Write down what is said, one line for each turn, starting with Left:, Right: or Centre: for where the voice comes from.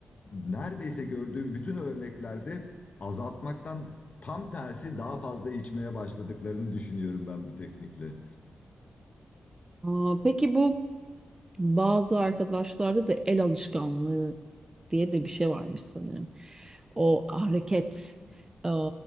Left: Neredeyse gördüğüm bütün örneklerde azaltmaktan tam tersi daha fazla içmeye başladıklarını düşünüyorum ben bu teknikle.
Right: Aa, Peki bu bazı arkadaşlarda da el alışkanlığı diye de bir şey varmış sanırım. O hareket, e,